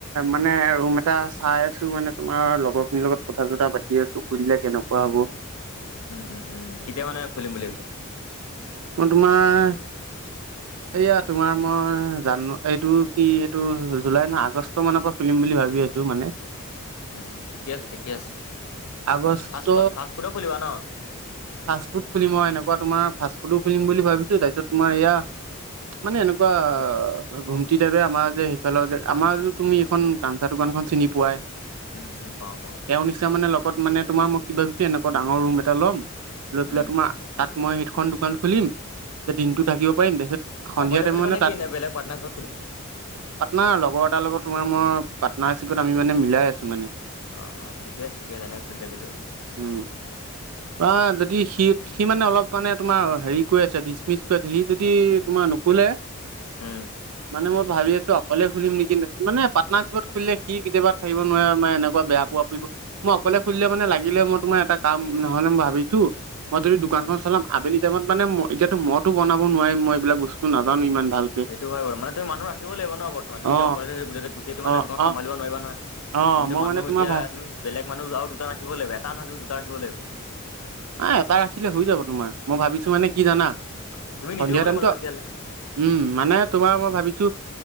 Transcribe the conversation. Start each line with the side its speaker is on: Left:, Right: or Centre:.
Right: মানে ৰুম এ টা চাই আছো মানে তোমাৰ লগৰ খিনিৰ লগত কথা চথা পাতি আছো খুলিলে কেনেকোৱা হ'ব।
Left: উম উম উম, কেতিয়া মানে খুলিম বুলি ভাবিছে?
Right: মই তোমাৰ
Left: <unintelligible>
Right: এইয়া তোমাৰ মই জানো এইটো কি এইটো জুলাই নহয় আগষ্ট মানৰ পৰা খুলিম বুলি ভাবি আ ছো মানে
Left: উম ঠিকে আছে ঠিকে আছে,
Right: আগষ্ট
Left: ফা-ফাষ্ট ফুডৰ খুলিবা ন'।
Right: ফাষ্ট ফুড খুলিম অ' এনেকোৱা তোমাৰ ফাষ্ট ফুডো খুলিম বুলি ভাবিছো তাৰপিছত তোমাৰ এয়া মানে এনেকোৱা ঘুমটি টাইপ আমাৰ যে সেইফালৰ যে আমাৰ যে তুমি এইখন কাঞ্চা দোকানখন চিনি পোৱাই।
Left: উম উম পাও পাও।
Right: তেওঁৰ নিচনা মানে লগত মানে তোমাৰ মই কিবা কিবি এনেকোৱা এনেকোৱা ডাঙৰ ৰুম এটা ল'ম, লৈ পেলাই
Left: উম
Right: তোমাৰ তাত মই সেইখন দোকান খুলিম, যে দিনটো থাকিব পাৰিম তাৰপিছত সন্ধিয়া
Left: অকলে
Right: টাইম
Left: খুলিবা
Right: মানে
Left: নে
Right: তাত
Left: কি? নে বেলেগ পাৰ্টনাৰশ্বিপত খুলিবা।
Right: পাৰ্টনাৰ লগৰ এটাৰ লগত তোমাৰ মই পাৰ্টনাৰশ্বিপত আমি মানে মিলাই আছো মানে।
Left: অ', অ', ঠিকে আছে ঠিকে আছে এনে খুলিঠাকিলেই হ'ল।
Right: উম, অ', যদি সি সি মানে অলপ মানে তোমাৰ হেৰি কৰি আছে ডিচমিচ কৰি আছে, সি যদি তোমাৰ নোখোলে
Left: উম।
Right: মানে মই ভাবি আছোঁ অকলে খুলিম নেকি, মানে পাটনাৰচিপত খুলিলে সি কেতিয়াবা থাকিব নোৱাৰে মে এনেকুৱা বেয়া মই অকলে খুধিলে মানে লাগিলে মই তোমাৰ এটা কাম নহলে মই ভাবিছোঁ মই যদি দোকানখন চাম আবেলি টাইমত মানে ম এতিয়াত মইতো বনাব নোৱাৰিম মই এইবিলাক বস্তু নাজানো ইমান ভাল
Left: সেইটো হয় বাৰ মানে তুমি মানুহ ৰাখিব লাগিব ন বৰ্তমান তুমি
Right: অ
Left: তো অকলে গোটেই দোকান
Right: অ
Left: চম্ভালিব
Right: অ
Left: নোৱাৰা নহয়।
Right: অ
Left: তুমিতো
Right: মই
Left: মানুহ
Right: মানে তোমাৰ
Left: এতিয়া
Right: ভা
Left: তুমি বেলেগ মানুহ আৰু দুটা ৰাখিব লাগিব এটা নহয় তুমি দুটা ৰাখিব লাগিব।
Right: আহ এটা ৰাখিলে হৈ যাব তোমাৰ মই ভাবিছোঁ মানে কি জানা সন্ধিয়া
Left: তুমি নিজেও বনাব
Right: টাইমতো
Left: লাগিব তেতিয়াহ'লে
Right: উম মানে তোমাৰ মই ভাবিছোঁ